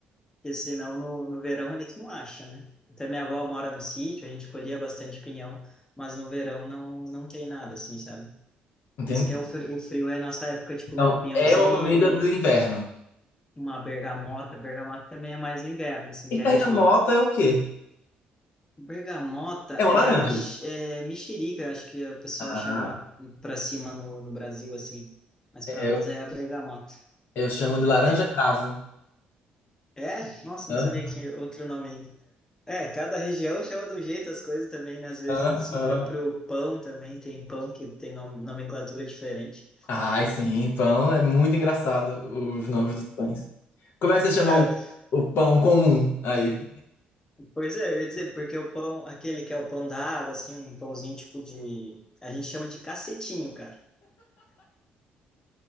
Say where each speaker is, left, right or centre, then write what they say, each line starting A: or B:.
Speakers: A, on the left; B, on the left.
A: porque senão no, no verão a gente não acha, né? Até minha avó mora no sítio, a gente colhia bastante pinhão, mas no verão não, não tem nada, assim, sabe?
B: Entendi.
A: Por isso que é o frio, o frio é a nossa época de comer
B: Então,
A: um pinhãozinho,
B: é uma comida do inverno.
A: uma bergamota. Bergamota também é mais no inverno, assim,
B: E
A: que a
B: bergamota
A: gente
B: é o quê?
A: Bergamota
B: É uma
A: é
B: laranja.
A: a x- é mexerica, acho que o pessoal
B: Ah,
A: chama pra cima no, no Brasil, assim. Mas
B: eu,
A: pra nós é a bergamota.
B: eu chamo de laranja
A: Te-
B: cravo.
A: É? Nossa,
B: Hã?
A: não sabia que tinha outro nome ainda. É, cada região chama de um jeito as coisas também, né? Às vezes
B: Hã? Hã?
A: o próprio pão também tem pão que tem nom- nomenclatura diferente.
B: Ai, sim, pão. É muito engraçado os nomes dos pães. Como é que vocês chamam
A: É,
B: o pão comum aí?
A: pois é, eu ia dizer, porque o pão, aquele que é o pão da água, assim, um pãozinho tipo de. A gente chama de cacetinho, cara.